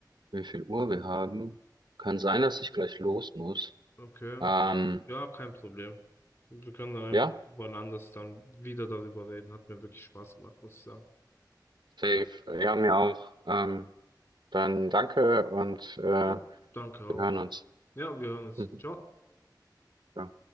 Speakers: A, on the right; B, on the left.
A: wie viel Uhr wir haben. Kann sein, dass ich gleich los muss.
B: okay.
A: Ähm,
B: Ja, kein Problem. Wir können dann einfach
A: ja,
B: wann anders dann wieder darüber reden. Hat mir wirklich Spaß gemacht, muss ich sagen.
A: safe. Ja, mir auch. Ähm, dann danke und äh, wir
B: Ja. Danke auch.
A: hören uns.
B: Ja, wir hören uns.
A: <laughs>
B: Ciao.
A: Mhm.